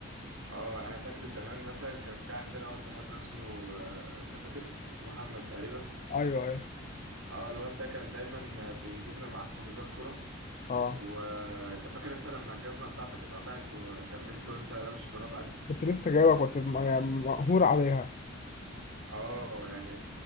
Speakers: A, on the right; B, on the left.
A: اه انا فاكر زمان مثلا كان في عندنا واد صاحبنا اسمه آه، انت فاكر اسمه محمد تقريبا
B: ايوه ايوه
A: اه الواد ده كان دايما بيجيبنا معاه في حجوزات كورة
B: اه
A: وانت فاكر انت لما الجزمة بتاعتك اتقطعت وكملت وانت لابس شراب عادي
B: كنت لسه جايبك كنت م- يعني مقهور عليها
A: اه يعني